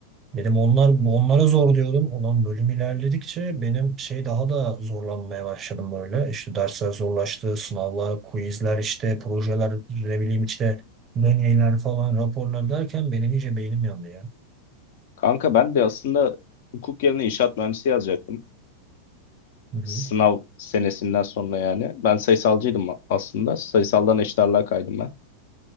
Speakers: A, on the right (about 25°); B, on the left (about 55°).
A: Benim onlar bu onlara zor diyordum. Olan bölüm ilerledikçe benim şey daha da zorlanmaya başladım böyle. İşte dersler zorlaştı, sınavlar, quizler işte, projeler, ne bileyim işte deneyler falan, raporlar derken benim iyice beynim yandı ya.
B: Kanka ben de aslında hukuk yerine inşaat mühendisi yazacaktım.
A: Hı hı.
B: Sınav senesinden sonra yani. Ben sayısalcıydım aslında. Sayısaldan eşit ağırlığa kaydım ben.